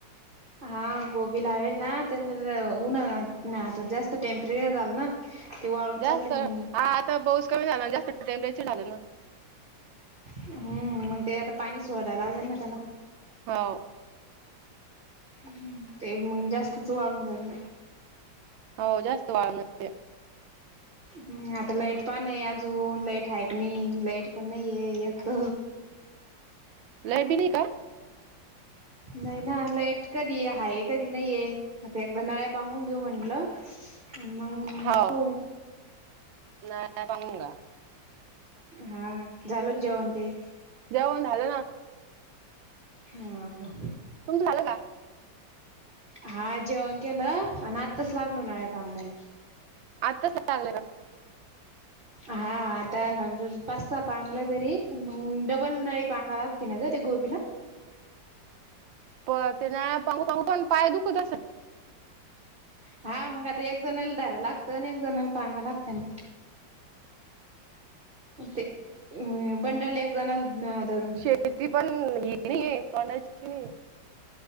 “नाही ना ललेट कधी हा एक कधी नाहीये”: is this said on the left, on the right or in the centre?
Right